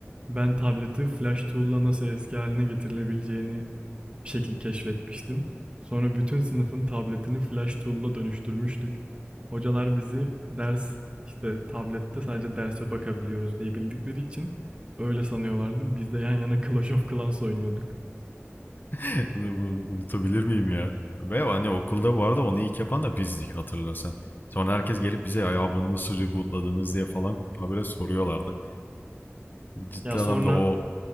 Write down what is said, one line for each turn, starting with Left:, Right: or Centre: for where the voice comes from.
Right: ben tableti Flash Tool'la nasıl eski haline getirilebileceğini bir şekil keşfetmiştim. Sonra bütün sınıfın tabletini flash tool'la dönüştürmüştük. Hocalar bizi ders işte tablette sadece derse bakabiliyoruz diye bildikleri için öyle sanıyorlardı. Biz de yan yana Clash of Clans oynuyorduk.
Left: <laughs> Unutabilir miyim ya? Ve hani okulda bu arada onu ilk yapan da bizdik hatırlarsan. Sonra herkes gelip bize ya bunu nasıl rebootladınız diye falan habire soruyorlardı. Ciddi
Right: Ya sonra
Left: anlamda o